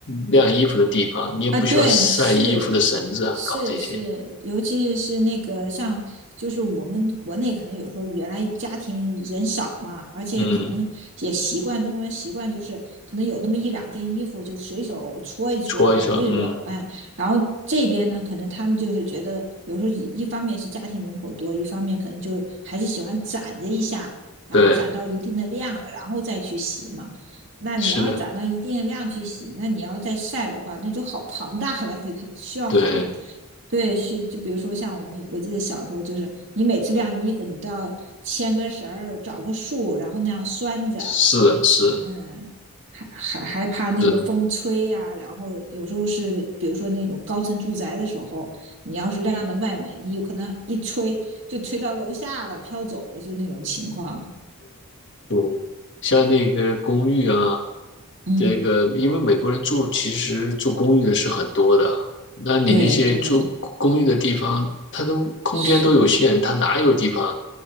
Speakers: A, on the left (about 55°); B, on the right (about 55°).
A: 晾衣服的地方，你也不需要晒衣服的绳子啊，
B: 啊，对，是是是，
A: 搞这些。
B: 尤其是那个像，就是我们国内可能有时候原来家庭人少嘛，而且可能也习惯中国人习惯就是可能有那么一两件衣服就随手搓一搓、
A: 嗯，搓一下，
B: 揉一揉，
A: 嗯，
B: 哎，然后这边呢，可能他们就是觉得有时候一方面是家庭人口多，一方面可能就还是喜欢攒着一下，然后攒到一定的量了，
A: 对，
B: 然后再去洗嘛。那你要攒到一定的量去洗，
A: 是的，
B: 那你要再晒的话，那就好庞大了，那个需要很，
A: 对，
B: 对，需就比如说像我们，我记得小时候就是，你每次晾衣服，你都要牵个绳儿，找个树，然后那样拴着，
A: 是的，是是，
B: 嗯，还还还怕那个风吹呀、
A: 对
B: 啊然后有时候是，比如说那种高层住宅的时候，你要是晾到外面，你有可能一吹就吹到楼下了，飘走了，就那种情况。
A: 对，像那个公寓啊。
B: 嗯，
A: 这个，因为美国人住其实住公寓的是很多的啊，那你那些住公寓的地方，
B: 对对，
A: 它都空间都有限，
B: 是，
A: 它哪有地方